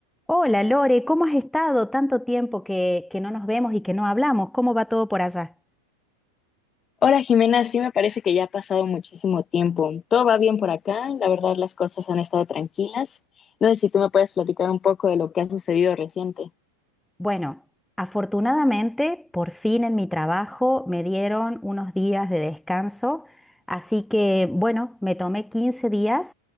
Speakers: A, in the centre; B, on the left (about 25°).
A: Hola Lore, ¿cómo has estado? Tanto tiempo que, que no nos vemos y que no hablamos. ¿Cómo va todo por allá?
B: Hola Jimena, sí me parece que ya ha pasado muchísimo tiempo. Todo va bien por acá, la verdad las cosas han estado tranquilas. No sé si tú me puedes platicar un poco de lo que ha sucedido reciente.
A: Bueno, afortunadamente, por fin en mi trabajo me dieron unos días de descanso, así que bueno, me tomé 15 días